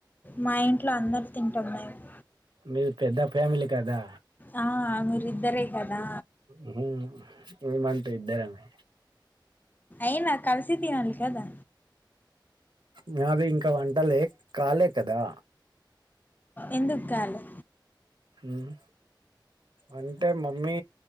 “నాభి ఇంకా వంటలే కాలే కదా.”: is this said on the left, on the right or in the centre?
Right